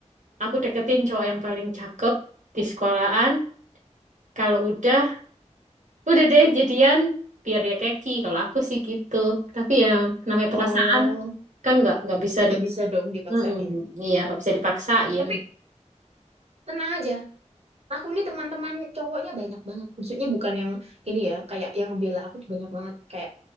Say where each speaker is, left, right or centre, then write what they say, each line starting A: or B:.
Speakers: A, on the right; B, on the right.
A: aku deketin cowok yang paling cakep di sekolahan. Kalau udah, udah deh jadian biar dia keki. Kalau aku sih gitu. Tapi ya namanya
B: Oh,
A: perasaan kan nggak nggak bisa
B: nggak
A: di,
B: bisa dong dipaksain.
A: Mm-mm. iya nggak bisa dipaksain.
B: Tapi tenang aja. Aku nih teman-teman cowoknya banyak banget. Maksudnya bukan yang ini ya, kayak yang ngebela aku tuh banyak banget. Kayak,